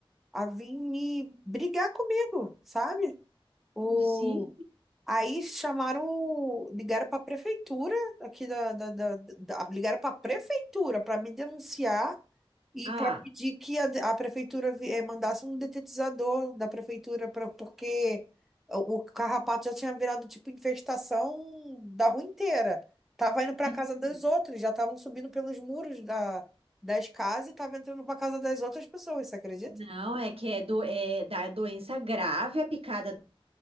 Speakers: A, in the centre; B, on the right.
A: a vir me brigar comigo, sabe? O
B: Sim.
A: Aí chamaram, o- ligaram para a prefeitura aqui da, da, da- da- ligaram para a prefeitura para me denunciar e
B: Ah,
A: para pedir que a, a prefeitura vi- eh, mandasse um detetizador da prefeitura pra, porque o o carrapato já tinha virado tipo infestação da rua inteira. Tava indo para
B: sim.
A: casa das outras, já estavam subindo pelos muros da, das casas e tava entrando para casa das outras pessoas, você acredita?
B: Não, é que é, do, é da doença grave a picada